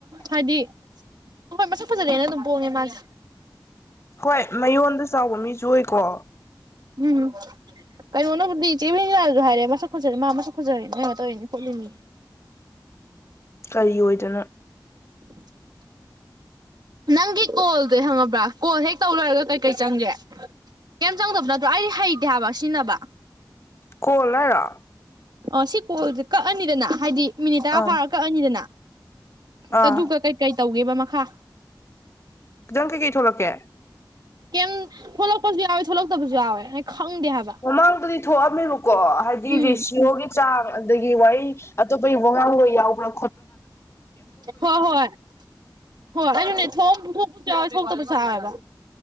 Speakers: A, on the right; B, on the left.
A: ꯍꯥꯏꯗꯤ ꯑꯩꯈꯣꯏ ꯃꯁꯛ ꯐꯖꯗꯦꯅ ꯑꯗꯨꯝ ꯄꯣꯡꯉꯦ ꯃꯥꯁꯦ
B: ꯍꯣꯏ ꯃꯌꯣꯟꯗ ꯆꯥꯎꯕ ꯃꯤꯁꯨ ꯑꯣꯏꯀꯣ
A: ꯎꯝ ꯀꯩꯅꯣꯅꯕꯨꯗꯤ ꯆꯦꯃꯤ ꯂꯥꯁꯨ ꯍꯥꯏꯔꯦ ꯃꯁꯛ ꯈꯠꯖꯔꯤꯦ ꯃꯥ ꯃꯁꯛ ꯈꯠꯖꯔꯤ ꯅ ꯀꯩꯅꯣ ꯇꯧꯔꯤꯅꯤ ꯈꯣꯠꯂꯤꯅꯤ
B: ꯀꯔꯤ ꯑꯣꯏꯗꯅ
A: <inaudible> ꯅꯪꯒꯤ ꯑꯣꯣꯜꯗꯦ ꯍꯪꯉꯕ꯭ꯔꯥ ꯀꯣ ꯍꯦꯛ ꯇꯧ ꯂꯣꯏꯔꯒ ꯀꯩꯀꯩ ꯆꯪꯒꯦ ꯀꯩꯝ ꯆꯪꯗꯕ ꯅꯠꯇ꯭ꯔꯣ ꯑꯩꯗꯤ ꯍꯩꯇꯦ ꯍꯥꯏꯕ ꯁꯤꯖꯤꯟꯅꯕ
B: ꯀꯣꯜ ꯍꯥꯏꯔ
A: ꯑ ꯁꯤ ꯀꯣꯜꯁꯦ ꯀꯛꯑꯅꯤꯗꯅ ꯍꯥꯏꯗꯤ ꯃꯤꯅꯤꯠ ꯇꯔꯥ
B: ꯑꯥ
A: ꯐꯥꯔ ꯀꯛꯑꯅꯤꯗꯅ
B: ꯑꯥ
A: ꯆꯗꯨꯒ ꯀꯩꯀꯩ ꯇꯧꯒꯦꯕ ꯃꯈꯥ
B: ꯈꯤꯇꯪ ꯀꯩꯀꯩ ꯊꯣꯛꯂꯛꯀꯦ
A: ꯀꯩꯝ ꯊꯣꯛꯣꯂꯛꯄꯁꯨ ꯌꯥꯎꯋꯦ ꯊꯣꯛꯣꯂꯛꯇꯕꯁꯨ ꯌꯥꯎꯋꯦ ꯅ ꯈꯪꯗꯦ ꯍꯥꯏꯕ
B: ꯃꯃꯥꯡꯗꯗꯤ ꯊꯣꯛꯑꯝꯃꯦꯕꯀꯣ ꯍꯥꯏꯗꯤ
A: ꯎꯝ
B: ꯔꯦꯁꯤꯌꯣꯒꯤ ꯆꯥꯡ ꯑꯗꯒꯤ ꯋꯥ ꯑꯇꯣꯞꯄ ꯃꯉꯥꯡ ꯑꯣꯏ ꯌꯥꯎꯕ꯭ꯔ
A: ꯍꯣꯏ ꯍꯣꯏ ꯍꯣꯏ ꯊ ꯊ ꯊꯁꯥ ꯍꯥꯏꯦꯕ